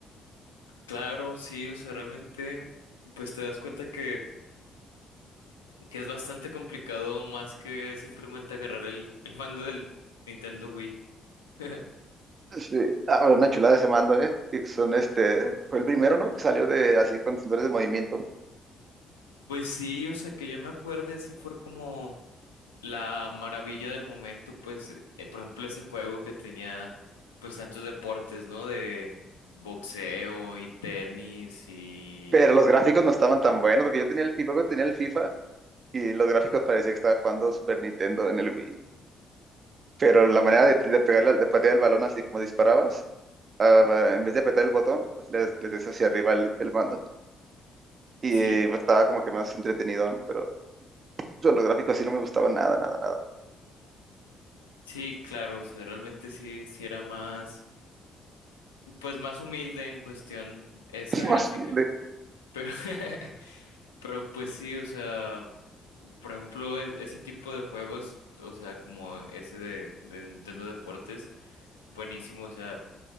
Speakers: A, on the left (about 75°); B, on the right (about 40°).
A: Claro, sí, o sea, realmente, pues te das cuenta que, que es bastante complicado más que simplemente agarrar el, el mando del Nintendo Wii. <laughs>
B: Sí. Ah, pero una chulada ese mando, ¿eh? Y Son, este, fue el primero, ¿no? Que salió de, así, con sensores de movimiento.
A: Pues sí, o sea, que yo me acuerde, sí fue como la maravilla del momento, pues, eh, por ejemplo, ese juego que tenía, pues, tantos deportes, ¿no? De boxeo y tenis y...
B: Pero los gráficos no estaban tan buenos, porque yo tenía el FIFA, tenía el FIFA, y los gráficos parecía que estaba jugando Super Nintendo en el Wii. Pero la manera de, de pegarle, al- de patear el balón así como disparabas, ah, ah, en vez de apretar el botón, pues les, les des hacia arriba el, el mando. Y
A: sí
B: pues, estaba como que más entretenido, pero pero los gráficos sí no me gustaban nada, nada, nada.
A: Sí, claro, o sea, realmente sí, sí era más, pues más humilde en cuestión esa
B: <laughs>
A: gráfica.
B: Más el de,
A: Pero, <laughs> pero pues sí, o sea, por ejemplo, e- ese tipo de juegos, o sea, como ese de, de Nintendo Deportes, buenísimo, o sea,